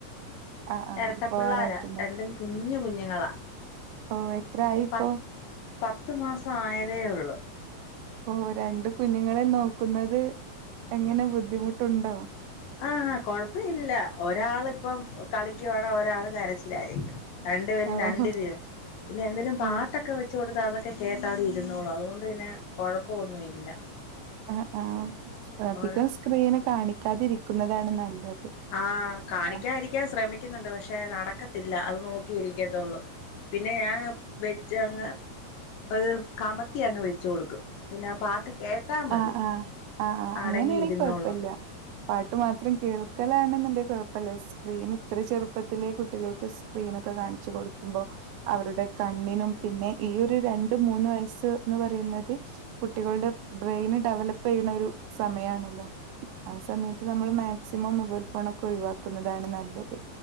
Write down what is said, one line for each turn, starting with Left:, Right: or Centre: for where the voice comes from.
Right: ആഹ് ആഹ്
Left: എരട്ടപിള്ളാര
Right: പോവാറായിട്ടുണ്ട്
Left: രണ്ടും കുഞ്ഞു കുഞ്ഞുങ്ങളാ.
Right: ഓഹ് എത്രായിപ്പോ?
Left: പ പത്ത് മാസ ആയതേയൊള്ളൂ.
Right: ഓഹ് രണ്ട് കുഞ്ഞുങ്ങളിം നോക്കുന്നത് എങ്ങനെ ബുദ്ധിമുട്ടുണ്ടോ?
Left: ആഹ് കൊഴപ്പ ഇല്ല. ഒരാളിപ്പം കളിക്കുവാണെ ഒരാൾ കരച്ചിലായിരിക്കും. രണ്ടു പേരും രണ്ട്
Right: ഓഹോ
Left: രീതിലാ. പിന്നെ എന്തേലും പാട്ടൊക്കെ
Right: ഓ
Left: വെച്ച് കൊടുത്താ അതൊക്കെ കേട്ടവിടെ ഇരുന്നോളും അതുകൊൺ ണ്ട് പിന്നെ കൊഴപ്പൊ ഒന്നുഇല്ല.
Right: അഹ് ആ ഹ് അധികം
Left: ഓരോ
Right: സ്ക്രീന് കാണിക്കാതിരിക്കുന്നതാണ് നല്ലത്.
Left: ആഹ്, ' കാണിയ്ക്കാരിക്കാൻ
Right: ആ
Left: ശ്രമിക്കുന്നുണ്ട് പക്ഷെ നട ക്കത്തില്ല അത് നോക്കിയിരിയ്ക്കത്തൊള്ളൂ പിന്നെ ഞാൻ വെച്ചങ്ങ് അത് കമത്തി അങ്ങ് വെച്ച് കൊടുക്കും. പിന്നെ ആ പാട്ട് കേട്ടാ മതി
Right: ആഹ് ആഹ് ആഹ് ആഹ്
Left: അടങ്ങിയിരുന്നോളും
Right: അങ്ങനെയാണെ കൊഴപ്പല്ല്യ പാട്ട് മാത്രം കേൾക്കലാണ്ന്ന്ണ്ടേ കൊഴപ്പല്ല. സ്ക്രീന് ഇത്രേ ചെറുപ്പത്തിലെ കുട്ടികൾക്ക് സ് ക്രീനൊക്കെ കാണിച്ചു കൊടുക്കുമ്പോ അവരുടെ കണ്ണിനും പിന്നെ ഈ ഒരു രണ്ടു മൂന്ന് വയസ്സ് ന്ന് പറയുന്നത് കുട്ടികളുടെ ബ്രെയിന് ഡെവലപ്പെയ്യ്ണരു സമയാണല്ലോ ആ സമയത്ത് നമ്മള് മാക്സിമം മൊബൈൽ ഫോണൊക്കെ ഒഴിവാക്കുന്നതാണ് നല്ലത്.